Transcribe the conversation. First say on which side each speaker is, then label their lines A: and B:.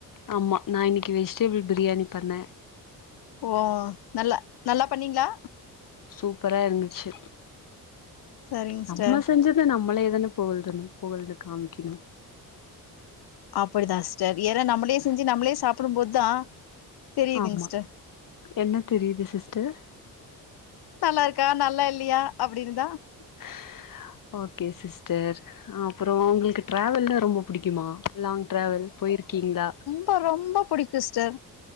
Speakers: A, on the left (about 60°); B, on the left (about 80°).
A: ஆமா நா இன்னிக்கு வெஜ்டெபிள் பிரியாணி பண்ண
B: ஓ நல்லா நல்லா பண்ணீங்களா
A: சூப்பரா இருந்துச்சு
B: சரிங்க
A: நம்ம
B: சிஸ்டர்
A: செஞ்சது நம்மளே தன புகழ்துணு புகழ்ந்து காமிகிணு
B: அப்படிதாஸ்டர் ஏற நம்புளே செஞ்சி நம்பளே சாப்புடும் போத் தா தெரியுதுங்க
A: ஆமா
B: சிஸ்டர்
A: என்ன தெரியுது சிஸ்டர்
B: நல்லாருக்கா நல்லால்லியா அப்டின்தா
A: <unintelligible> ஓக்கே சிஸ்டர் அப்றோ உங்குள்க்கு ட்ராவல்லா ரொம்ப புடிக்கிமா லாங் ட்ராவல் போய்ர்கீங்ளா
B: ப்போ ரொம்ப புடிக்குஸ்டர்